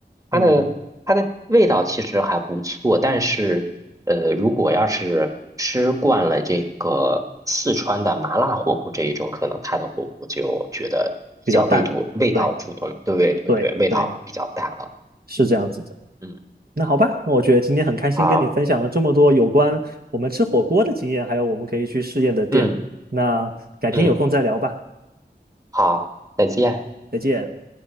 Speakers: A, on the right; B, on the right.
A: 它的它的味道其实还不错，
B: 嗯，
A: 但是呃，如果要是吃惯了这个四川的麻辣火锅这一种，可能它的火锅就觉得比较味度味道普通，
B: 比较淡，对
A: 对对对，
B: 对对，
A: 味道比较淡了。
B: 是这样子的。
A: 嗯，
B: 那好吧，那我觉得今天很开心跟你分享了这么多有关我们吃火锅的经验，
A: 好，
B: 还有我们可以去试验的店。
A: 嗯
B: 那改天有空再聊吧，
A: 嗯，好，再见。
B: 再见。